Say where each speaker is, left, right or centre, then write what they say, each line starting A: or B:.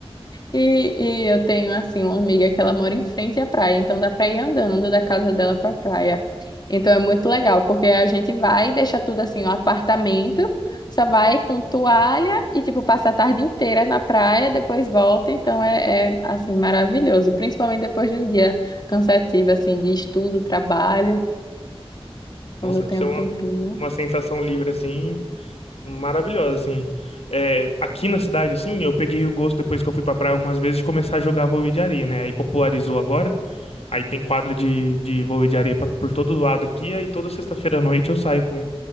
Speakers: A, on the left (about 40°); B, on the left (about 75°).
A: e, e eu tenho, assim, uma amiga que ela mora em frente à praia, então dá para ir andando da casa dela para a praia. Então é muito legal, porque a gente vai e deixa tudo assim, o apartamento, só vai com toalha e, tipo, passa a tarde inteira na praia, depois volta, então é, é assim, maravilhoso, principalmente depois de um dia cansativo, assim, de estudo, trabalho, quando
B: Nossa,
A: tem
B: deve ser
A: um
B: uma,
A: tempinho.
B: uma sensação livre, assim, maravilhosa, assim. É, aqui na cidade, assim, eu peguei o gosto, depois que eu fui pra praia algumas vezes, de começar a jogar vôlei de areia, né? Aí popularizou agora. Aí tem quadra de, de vôlei de areia pra- por todo lado aqui. Aí toda sexta-feira à noite eu saio com,